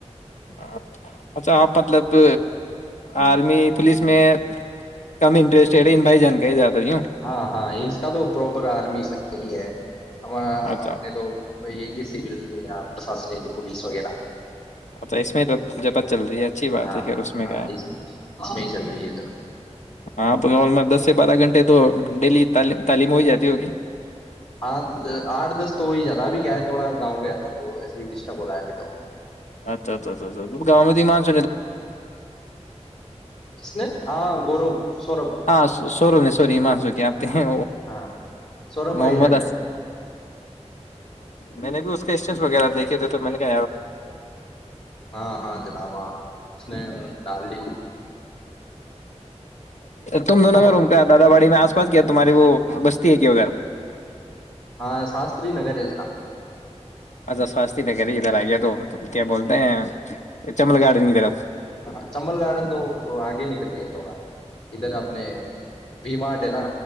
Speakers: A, on the left (about 80°); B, on the left (about 55°).
A: اچھا آپ مطلب آرمی پولیس میں کم انٹرسٹڈ ان بھائی جان کے زیادہ یوں
B: ہاں ہاں اس کا تو پراپر آرمی سحی ہے ہمار
A: اچھا
B: اپنے تو یہی س پرشاسنی پلیس وغیرہ
A: اچھا اس میں جپت چل رہی ہے اچھی بات
B: ہاں
A: ہے پھر اس میں
B: ہاں
A: کیا ہے
B: اس میں اس میں ہی چل رہی ہے ذرا
A: ہاں تو ن میں دس سے بارہ گھنٹے تو ڈیلی تعم تعلیم ہو جاتی ہوگی
B: آٹھ آٹھ دس تو ہوی زدہ ابھی کیا ہے تھوڑا گاؤں گیا تھا تو وہ ویسے ہی ڈسٹرب ہو رہا ہے ابھی تو
A: اچھا اچھا اچھا تو گاں میں ہیی
B: کس نے ہاں گورو سوربھ
A: ہاں سوورو نہیں سووری منسو کیا آپتے ہیں
B: ہاں سوربھ
A: محمد
B: بھائی جان نے
A: میں نے بھی اس کے اسٹ وغیرہ دیکھے تھے تو میں نے کہ
B: ہاں ہاں جناباں اس ڈالی
A: تم دونوںگر
B: مو-
A: روم کا دادا باڑی میں آس پس کیا تمہاری وہ ب کیا ہوغ
B: ہاں شاستری نگر ہے جلام
A: اچھا سواستی نگر ہی ادھر آ گیا تو کیا بولتے ہیں چمل گارڈن کی طرف
B: ہاں چمبل گارڈن تو آگے نکل گیا تھوڑا ادھر اپ نے وما ہے نا